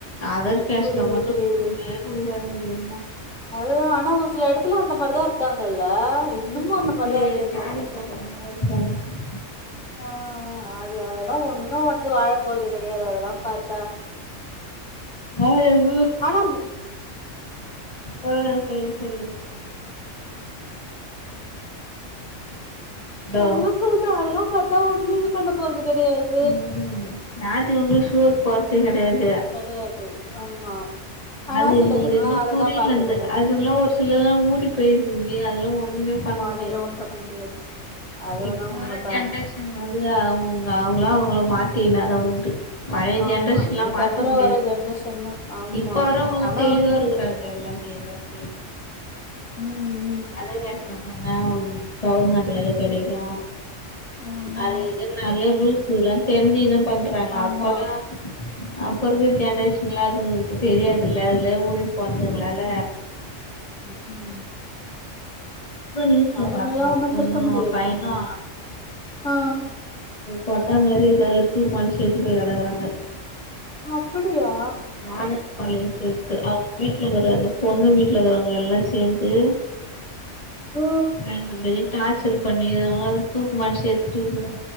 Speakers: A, on the left (about 30°); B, on the left (about 80°).
A: அத கேஷ்ல
B: புரியுது
A: மட்டு
B: புரியுது
A: குடுக்கவே குடுக்காதீங்டி யம்மா
B: அதுதா ஆனா ஒரு சில எடத்துல அந்த மாதிரிதா இருக்காங்கல்ல இன்னமு
A: என்னமோ
B: அந்த
A: இது
B: மாதிரிதா இருக்காங்க
A: <unintelligible>
B: அ அ அது அதெல்லா ஒன்னு வந்து வாழ போறது கெடயாது அதெல்லா பாத்தா
A: <inaudible> <unintelligible>
B: ஆனாம்மு
A: அ சொல்லு சொல்லு இதோ
B: அதா சொல்றே அதெல்லா பத்தா ஒண்ணு இது பண்ண போறது கெடயாது
A: ம் ஜாதி வந்து சோர் போற்து கெடையாது
B: கெடையாது ஆமா ஆனா
A: அது
B: சிலதுங்கல்லா
A: இது இன்னு
B: அததா
A: புரியில
B: பாக்குதுங்க
A: இந்த அதுல்லா ஒரு சில ஊறி போயிருக்து டி அதெல்லா ஒண்ணுமே பண்ண மு
B: இதேல்லா ஒன் பண்ண முடியாது அது வேணா
A: இப்ப
B: உண்மதா
A: வற ஜென்ரேஷன் வந்து அவுங்க அவுங்களா அவுங்கள மாத்தி கினாதா உண்டு பழைய
B: ஆமா
A: ஜென்ரேஷன்லா
B: இதுக்கப்புறோ
A: மாத்த முடியாது
B: வர ஜென்ரேஷன்லா ஆமா
A: இப்ப வரவங்கலா
B: ஆனா
A: தெளிவா இருக்கு ட்டாங்க எல்லாமே எல்லாத்தில
B: ம் ம்
A: அதர் கேஷ்ல பண்ணா கவர்மண்ட் வேல கெடைக்கு
B: ஆமா
A: அது இது நெறைய ரூல்ஸ்ல்லா தெரிஞ்சுகுனு பண்றாங்க
B: ஆமா
A: அப்பல்லா அப்ப இருக்க ஜென்ரேஷன்லா
B: ம்
A: இதுங்ளுக்கு தெரியாதுல்ல அதுலே ஊரி போனதுங்களால
B: ம் ம்
A: இப்போ நியூஸ்ல
B: அதுங்கல்லா
A: பாத்த ஒரு
B: ஒண்ணு
A: பொண்ணு
B: திருத்த முடியாது
A: ஒரு பையனு
B: நம்மளால ஆ
A: கோட்டா மாரி <unintelligible> செத்து போய் கெடக்குறாங்க
B: அப்புடியா
A: ஆனப்பாளையனு சொல்ட்டு அவுங்க வீட்ல இருக்குற அந்த பொண்ணு வீட்ல இருக்குறவுங்கல்லா சேந்து
B: ஓ
A: ரெண்டு பேரையு டார்ச்சர் பண்ணிருக்குறாங்க அது தூக்குமாட்டி செத்துருச்சுங்க